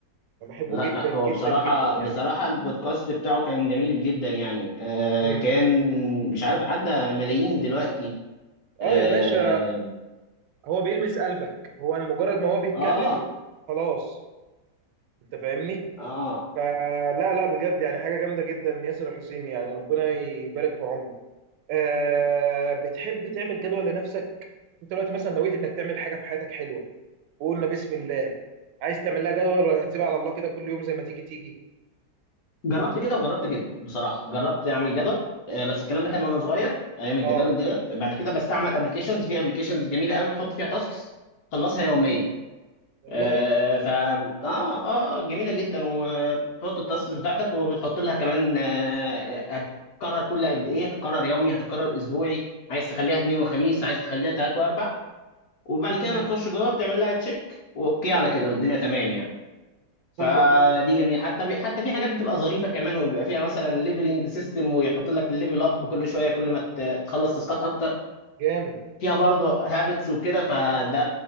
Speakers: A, on the right (about 85°); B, on the left (about 65°).
A: أنا بحبه
B: لا
A: جدا
B: لا
A: جدا
B: هو بصراحة
A: جدا يعني
B: بصراحة البودكاست بتاعه كان جميل جدا يعني آه
A: مم.
B: كان مش عارف عدى ملايين دلوقتي اه
A: آه يا باشا هو بيلمس قلبك هو مجرد ما هو بيتكلم
B: اه
A: خلاص أنت فاهمني
B: آه.
A: فلا لا بجد يعني حاجة جامدة جدا ياسر الحسيمي يعني ربنا يبارك في عمره آه بتحب تعمل جدول لنفسك انت دلوقتي مثلا نويت انك تعمل حاجة في حياتك حلوة وقلنا بسم الله عايز تعمل لها جدول ولا هتسيبها على الله كده كل يوم زي ما تيجي تيجي
B: جربت كده وجربت كده بصراحة جربت اعمل جدول آه بس الكلام ده كان وانا صغير ايام
A: اه
B: الجداول ديت بعد كده بستعمل ابلكيشنز في ابلكيشنز جميلة قوي تحط فيها تاسكس تخلصها يوميا
A: والله
B: آه، ف اه اه جميله جدا وبتحط التاسكس بتاعتك وبتحط لها كمان آه، آه، هتتكرر كل قد ايه هتتكرر يومي هتتكرر اسبوعي عايز تخليها اثنين وخميس عايز تخليها ثلاث واربع وبعد كده
A: امم
B: بتخش جوه بتعمل لها تشيك واوكي على كده والدنيا تمام يعني فدي
A: فل فل ده
B: جميله حتى بي... حتى في حاجات بتبقى ظريفه كمان وبيبقى فيها مثلا ليفلنج سيستم ويحط لك الليفل اب كل شويه كل ما ت- تخلص تاسكات اكتر
A: جامد
B: فيها برضه هابتس وكده فده